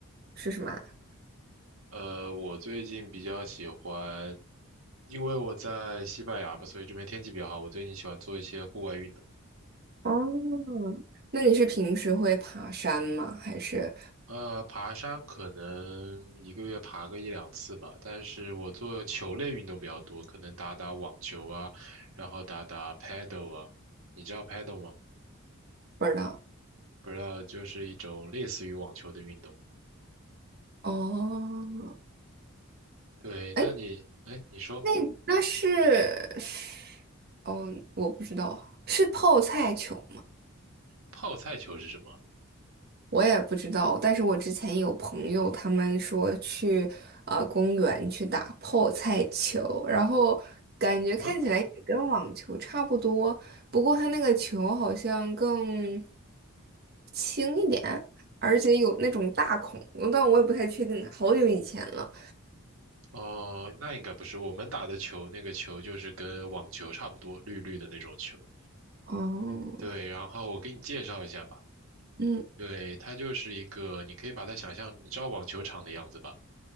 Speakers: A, on the right; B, on the right.
A: 是什么啊
B: 呃，我最近比较喜欢，因为我在西班牙吧，所以这边天气比较好。我最近喜欢做一些户外运动，
A: 哦，那你是平时会爬山吗？还是
B: 呃，爬山可能一个月爬个一两次吧，但是我做球类运动比较多，可能打打网球啊，然后打打 paddle 啊，你知道 paddle 吗？
A: 不知道？
B: 不知道就是一种类似于网球的运动。
A: 哦，
B: 对，那你，
A: 哎，
B: 哎，你说
A: 那那是，是哦，我不知道，是泡菜球。
B: 泡菜球是什么？
A: 我也不知道，但是我之前有朋友他们说去呃公园去打泡菜球，然后感觉看起来也跟网球差不多，
B: 嗯，
A: 不过它那个球好像更轻一点，而且有那种大孔，但我也不太确定了好久以前了。
B: 哦，那应该不是我们打的球，那个球就是跟网球差不多，绿绿的那种球。
A: 哦，
B: 对，然后我给你介绍一下吧。
A: 嗯，
B: 对，它就是一个，你可以把它想象，你知道网球场的样子吧？